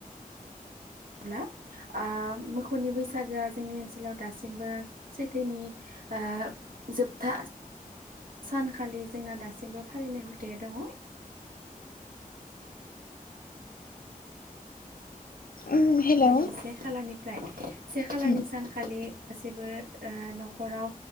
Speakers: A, on the right; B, on the left.
A: जाब्ला ओ मोखौनि बैसागोआ जोंनि ओनसोलाव दासिमबो सैथोनि ओ जोबथा सानखालि जोंना दासिमबो फालिनाय हुथाया दङ'।
B: उम हेलौ
A: आगोनि से खालारनिफ्राय से खालारनि
B: उम
A: सानखालि गासैबो ओ न'खराव